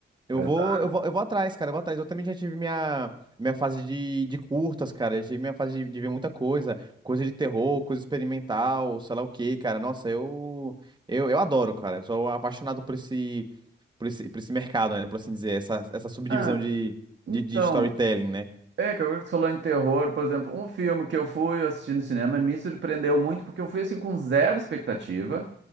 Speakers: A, on the right; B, on the right.
A: Eu
B: Exa-
A: vou, eu vou, eu vou atrás, cara, eu vou atrás. Eu também já tive minha, minha fase de, de curtas, cara. Eu tive minha fase de, de ver muita coisa, coisa de terror, coisa experimental, sei lá o quê, cara. Nossa, eu, eu, eu adoro, cara. Eu sou apaixonado por esse, por esse, por esse mercado, né? Por assim dizer, essa, essa subdivisão
B: Ah,
A: de,
B: então,
A: de, de storytelling, né?
B: é que agora que tu falou em terror, por exemplo, um filme que eu fui assistir no cinema me surpreendeu muito porque eu fui assim com zero expectativa.